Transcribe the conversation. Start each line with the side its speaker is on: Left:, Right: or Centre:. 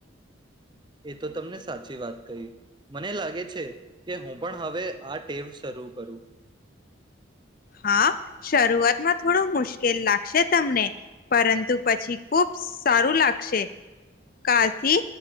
Right: એ તો તમને સાચી વાત કહી, મને લાગે છે, કે હું પણ હવે આ ટેવ શરૂ કરું.
Left: હા, શરૂઆતમાં થોડું મુશ્કેલ લાગશે તમને પરંતુ પછી ખુબ સારું લાગશે કાલથી,